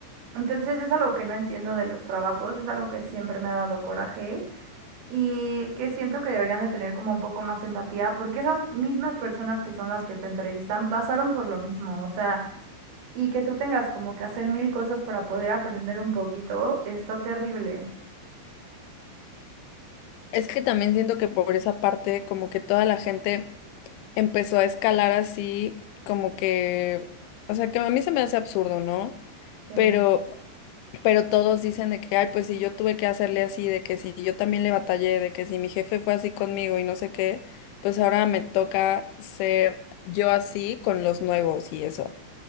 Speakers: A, on the right (about 80°); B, on the left (about 80°).
A: Entonces es algo que no entiendo de los trabajos, es algo que siempre me ha dado coraje y que siento que deberían de tener como un poco más empatía porque esas mismas personas que son las que te entrevistan pasaron por lo mismo, o sea, y que tú tengas como que hacer mil cosas para poder aprender un poquito, está terrible.
B: Es que también siento que por esa parte como que toda la gente empezó a escalar así como que, o sea que a mí se me hace absurdo, ¿no?
A: Sí.
B: Pero Pero todos dicen de que, ay, pues si yo tuve que hacerle así, de que si yo también le batallé, de que si mi jefe fue así conmigo y no sé qué, pues ahora me toca ser yo así con los nuevos y eso.